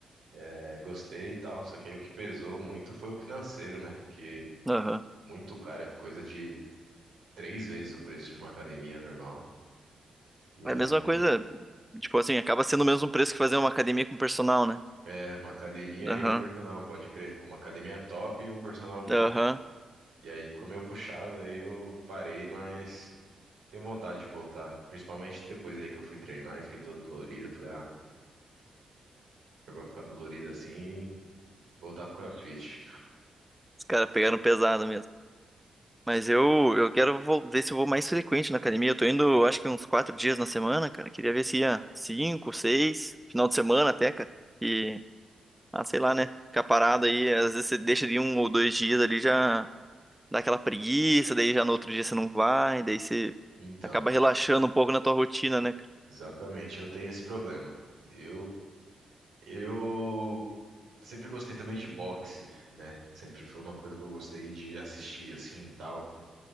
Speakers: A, on the right (about 80°); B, in the centre.
A: É, gostei e tal, só que aí o que pesou muito foi o financeiro, né? Porque
B: aham.
A: muito caro, é coisa de três vezes o preço de uma academia normal. E aí,
B: É a mesma coisa, tipo assim, acaba sendo o mesmo preço que fazer uma academia com personal, né?
A: é, uma academia
B: Aham,
A: e um personal, pode crer. Uma academia top e um personal bom.
B: aham.
A: E aí ficou meio puxado, aí eu parei, mas tenho vontade de voltar. Principalmente depois aí que eu fui treinar e fiquei todo dolorido. Falei, ah, se eu vou ficar dolorido assim, voltar pro CrossFit.
B: Os caras pegaram pesado Mas eu, eu quero vol- ver se eu vou mais frequente na academia. Eu tô indo, eu acho que uns quatro dias na semana, cara. Queria ver se ia cinco, seis, final de semana até, cara. E, ah, sei lá, né? Ficar parado aí, às vezes você deixa de um ou dois dias ali, já dá aquela preguiça, daí já no outro dia você não vai, daí você
A: Então,
B: acaba relaxando um pouco na tua rotina, né, cara?
A: exatamente, eu tenho esse problema. Eu Eu sempre gostei também de boxe, né? Sempre foi uma coisa que eu gostei de assistir assim e tal.